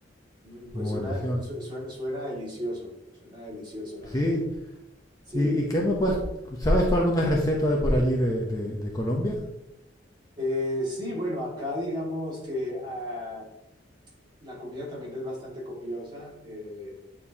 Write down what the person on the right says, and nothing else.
mm, pues
suena,
su- suena, suena delicioso, suena delicioso, la verdad.
Sí.
Eh, sí, bueno, acá digamos que ah, la comida también es bastante copiosa. eh,